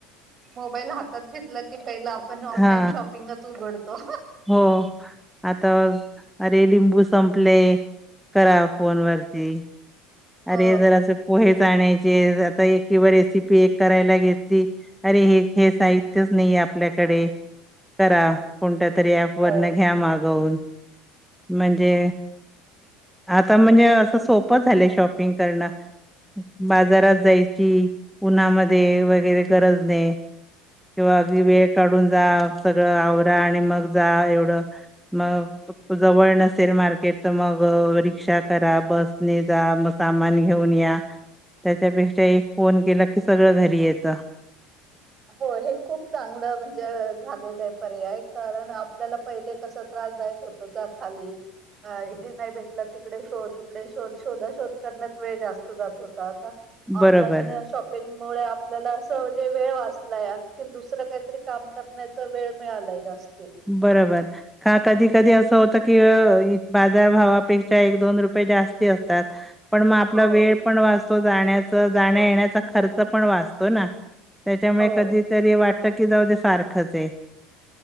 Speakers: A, on the right; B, in the centre.
A: मोबाईल हातात घेतला की पहिलं आपण ऑनलाईन
B: हा
A: शॉपिंगच उघडतो.
B: हो आता <unintelligible> ते लिंबू संपले करा फोन वरती
A: हो
B: अरे जर असं पोहेच च आणायचे आता किंवा रेसिपी एक करायला घेतली अरे हे साहित्यच नाहीये. आपल्याकडे करा कोणत्या तरी ॲप वरनं
A: हो
B: घ्या मग जाऊन म्हणजे आता म्हणजे असं सोपं झालंय शॉप पिंग करण बाजारात जायची उन्हामध्ये वगेरे वगैरे गरज नाही. किंवा अगदी वेळ काढून जा, सगळं आवरा आणि मग जा एवढं मग जवळ नसेल मार्केट तर मग रिक्षा करा बसने जा मग सामान घेऊन या. त्याच्यापेक्षा एक फोन केला की सगळं घरी येत.
A: हो हे खूप चांगलं म्हणजे झालेलं आहे, पर्याय कारण आपल्याला पहिले कस त्रास? त्रासदायक होत जा खाली अ हे नाही भेटलं तिकडे शोध इकडे, शोध शोधा शोध करण्यात वेळ जास्त जात होता. ऑनलाईन
B: बरोबर
A: ह्या शॉपिंग मुळे आपल्याला असं म्हणजे वेळ वाच लाय आणखीन दुसरं काहीतरी काम करण्याचा वेळ मिळालाय. जास्ती
B: बरोबर का कधी कधी असं होत की, अ बाजारभवापेक्षा एक दोन रुपये जास्ती असतात. पण मग आपला
A: हो
B: वेळ पण वाचतो, जाण्याच
A: वेळ वाचतो
B: जाण्यायेण्याचा खर्च पण वाचतो ना. त्याच्यामुळे
A: हो
B: कधीतरी वाटत की जाऊ दे सारखंच हाए